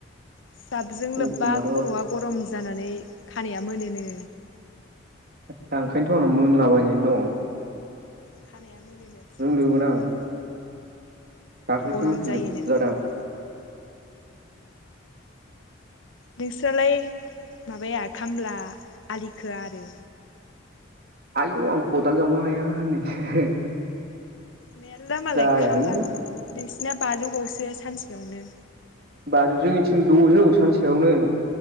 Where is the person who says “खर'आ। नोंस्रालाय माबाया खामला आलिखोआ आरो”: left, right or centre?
Left